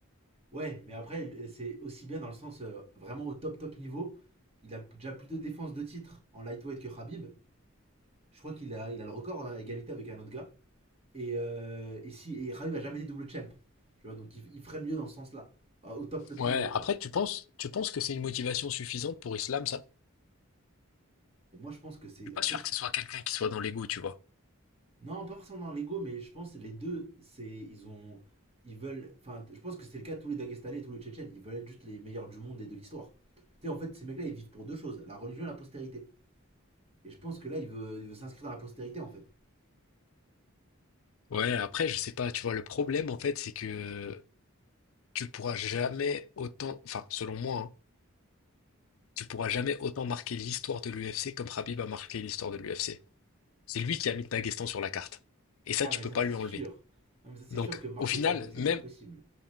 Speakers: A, on the right; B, on the left.
A: Ouais, mais après, c'est aussi bien dans le sens euh, vraiment au top top niveau. Il a déjà plus de défenses de titre en lightweight que Khabib. Je crois qu'il a, il a le record hein, à égalité avec un autre gars. Et, euh, et si, et Khabib a jamais été double champ. Tu vois, donc il, il ferait mieux dans ce sens-là. Euh, Au top top
B: Ouais,
A: niveau, quoi.
B: après, tu penses, tu penses que c'est une motivation suffisante pour Islam, ça?
A: Et moi, je pense que c'est.
B: Je suis pas
A: En
B: sûr
A: fait, je-
B: que ce soit quelqu'un qui soit dans l'ego, tu vois.
A: non, pas forcément dans l'ego, mais je pense que les deux, c'est. Ils ont. Ils veulent. Enfin, je pense que c'est le cas de tous les Dagestanais et tous les Tchétchènes. Ils veulent être juste les meilleurs du monde et de l'histoire. Tu sais, en fait, ces mecs-là, ils vivent pour deux choses la religion et la postérité. Et je pense que là, il veut, il veut s'inscrire dans la postérité, en fait.
B: Ouais, après, je sais pas, tu vois, le problème, en fait, c'est que tu pourras jamais autant, enfin, selon moi, hein, tu pourras jamais autant marquer l'histoire de l'UFC comme Khabib a marqué l'histoire de l'UFC. C'est lui qui a mis le Daghestan sur la carte. Et ça,
A: Ah,
B: tu
A: mais
B: peux
A: ça,
B: pas
A: c'est
B: lui
A: sûr.
B: enlever.
A: Non, mais ça, c'est
B: Donc,
A: sûr que marquer
B: au final,
A: l'histoire de l'UFC,
B: même,
A: c'est impossible.